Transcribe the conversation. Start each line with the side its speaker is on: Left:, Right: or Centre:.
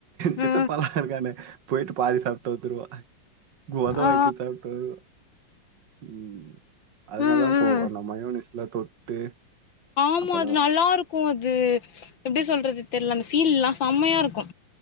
Right: சித்தப்பாலா
Left: ஆ
Right: இருக்கானே போய்ட்டு பாதி சாப்ட்டு வந்துருவா மொத
Left: ஆ
Right: வாய்க்கி சாப்ட்டு வருவா ம் அது
Left: ம்
Right: நல்லா இருக்கு
Left: ம்
Right: அந்த மயோனிஸ்லா தொட்டு
Left: ஆமா
Right: அப்பதான்
Left: அது நல்லா இருக்கு அது எப்டி சொல்றது தெர்ல அந்த ஃபீல்லா செம்மையா இருக்கு